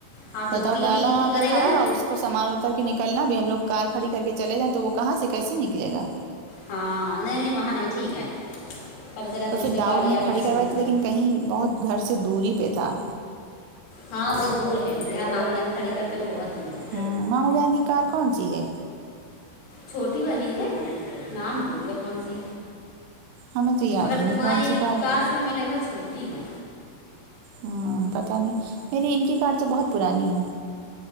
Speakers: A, on the left (about 80°); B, on the right (about 75°).
A: ہاں تو
B: بتاؤ
A: وہ ٹی
B: ڈالا
A: ٹی ٹی
B: وہاں
A: ٹی
B: پہ
A: کرے
B: کھڑا
A: گا نہیں
B: اس کو سامان اتر کے نکلنا بھی ہم لوگ کار کھڑی کر کے چلے جائیں تو وہ کہاں سے کیسے نکلے گا
A: ہاں نہیں نہیں وہاں نہیں ٹھیک ہے پتہ چلا
B: تو
A: دوسری
B: پھر داؤود
A: گاڑی
B: نے
A: آ کے
B: کھڑی کروائی
A: ہو
B: تھی
A: جائے
B: لیکن کہیں بہت گھر سے دوری پہ تھا
A: ہاں وہ دور ہے جہاں آم جان کھڑی کرتے ہو بہت دور ہے
B: ہوں مام کو جائیں گی کار کون سی ہے
A: چھوٹی والی ہے نام بھول گیا کون سی
B: ہمیں تو یاد
A: مگر
B: ہی نہیں
A: تمہاری
B: کون سی ہے
A: کار سے ہمیں لگ رہا ہے چھوٹی ہے
B: ہاں پتاہ نہیں میری ان کی کار تو بہت پرانی ہے